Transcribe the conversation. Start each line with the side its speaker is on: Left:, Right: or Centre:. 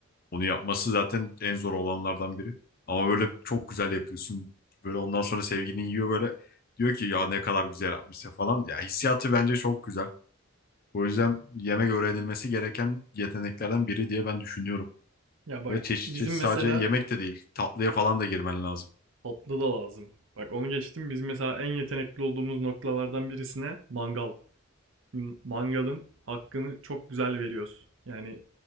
Left: Onu yapması zaten en zor olanlardan biri. Ama böyle çok güzel yapıyorsun. Böyle ondan sonra sevgilin yiyor böyle. Diyor ki ya ne kadar güzel yapmışsın falan. Ya hissiyatı bence çok güzel. O yüzden yemek öğrenilmesi gereken yeteneklerden biri diye ben düşünüyorum.
Right: Ya bak
Left: Böyle çeşit
Right: bizim
Left: çeşit
Right: mesela
Left: sadece yemek de değil. Tatlıya falan da girmen lazım.
Right: tatlı da lazım. Bak onu geçtim. Biz mesela en yetenekli olduğumuz noktalardan birisine mangal. M- Mangalın hakkını çok güzel veriyoruz. Yani